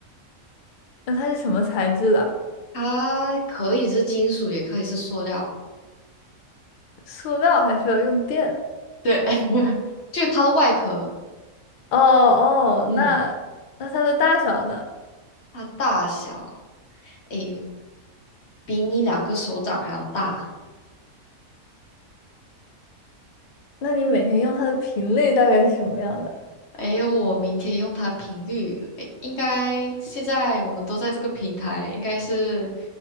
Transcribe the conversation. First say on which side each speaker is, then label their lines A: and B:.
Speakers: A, on the left (about 75°); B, on the left (about 50°).
A: 那它是什么材质的？
B: 它可以是金属，也可以是塑料。
A: 塑料还需要用电？
B: 对，<laughs> 就它的外壳，
A: 哦哦，
B: 嗯，
A: 那那它的大小呢？
B: 它大小，诶，比你两个手掌还要大。
A: 那你每天用它的频率大概是什么样的？
B: 诶，我明天用它频率，诶，应该现在我们都在这个平台，应该是